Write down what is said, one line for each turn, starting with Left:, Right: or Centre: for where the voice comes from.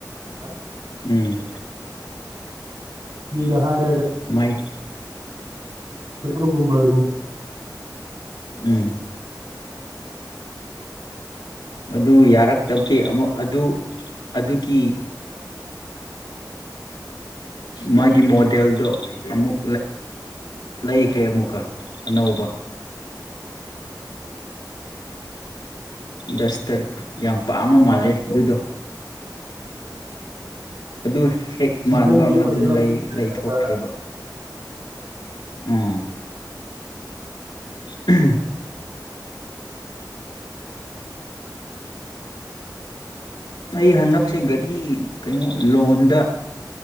Right: <unintelligible>
Left: ꯎꯝ
Right: ꯤꯗ ꯍꯥꯏꯔꯒ
Left: ꯃꯥꯏꯛ
Right: ꯀꯒꯨꯝꯕ <unintelligible>
Left: ꯎꯝ ꯑꯗꯨ ꯌꯥꯔꯛꯇꯕꯒꯤꯦ ꯑꯃꯨꯛ ꯑꯗꯨ ꯑꯗꯨꯒꯤ ꯃꯥꯒꯤ ꯃꯣꯗꯦꯜꯗꯣ ꯑꯃꯨꯛ ꯂꯩꯈ꯭ꯔꯦ ꯑꯃꯨꯛꯀ ꯑꯅꯧꯕ ꯗꯁꯇꯔꯛ ꯌꯥꯝ ꯄꯥꯃ ꯃꯥꯜꯂꯦ ꯑꯗꯨꯗꯣ ꯑꯗꯨ ꯍꯦꯛ
Right: ꯍꯟꯗꯛ
Left: ꯃꯥꯟꯕ
Right: ꯅ꯭ꯌꯨ
Left: ꯑꯃ
Right: ꯃꯣꯗꯦꯜ
Left: ꯑꯗꯨꯝ ꯂꯩꯊꯣꯛꯈ꯭ꯔꯦꯕ
Right: ꯗꯥꯛꯇꯔꯗ
Left: ꯑꯝ ꯎꯝ ꯑꯩ ꯍꯟꯗꯛꯁꯦ ꯒꯥꯔꯤ ꯀꯩꯅꯣ ꯂꯣꯟꯗ